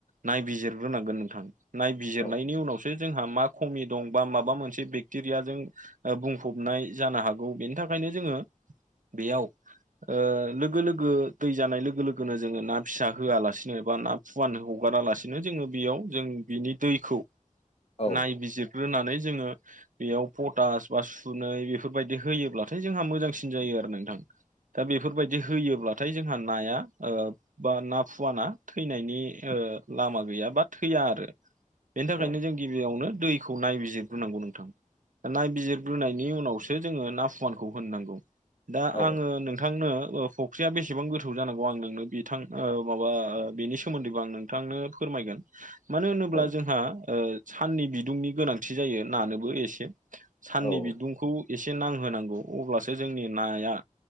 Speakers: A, on the right; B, on the left.
A: नायबिजिरग्रोनांगोन नोंथां नायबिजिरनायनि
B: औ
A: उनावसो जोंहा मा खमि दं बा माबा मोनसे बेक्टेरियाजों ओ बुंफबनाय जानो हागौ बेनि थाखायनो जोङो बेयाव ओ लोगो लोगो दै जानाय लोगो लोगोनो जोङो ना फिसा होआलासिनो बा ना फुवान हगारालासिनो जोंङो बेयाव जों बिनि दैखौ
B: औ
A: नायबिजिरग्रोनानै जोङो बेयाव पटास बा सुनै बेफोरबायदि होयोब्लाथाय जोंहा मोजांसिन जायो आरो नोंथां दा बेफोरबायदि होयोब्लाथाय जोंहा नाया ओ बा ना फुवाना थैनायनि ओ लामा गैया बा थैया आरो बेनि थाखायनो
B: औ
A: जों गिबियावनो दैखौ नायबिजिरग्रोनांगौ नोंथां नायबिजिरग्रोनायनि उनावसो जोंङो ना फुवानखौ होननांगौ दा
B: औ
A: आंङो नों नोंथांनो फुख्रिया बेसेबां गोथौ जानांगौ आं नोंनो बिथां माबा बिनि सोमोन्दैबो आं नों नोंथांनो फोरमायगोन मानो होनोब्ला
B: औ
A: जोंहा ओ साननि बिदुंनि गोनांथि जायो नानोबो एसे साननि
B: औ औ
A: बिदुंखौ एसे नांहोनांगौ अब्लासो जोंनि नाया